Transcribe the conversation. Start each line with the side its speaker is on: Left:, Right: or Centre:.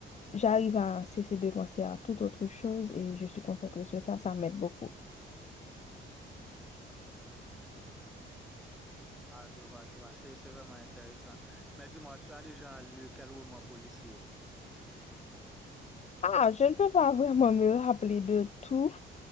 Left: J'arrive à cesser de penser à toute autre chose et je suis concentrée sur ça, ça m'aide beaucoup.
Centre: Ah, je vois, je vois. C'est, c'est vraiment intéressant. Mais dis-moi, tu as déjà lu quel roman policier?
Left: Ah, je ne peux pas <laughs> vraiment me rappeler de tout,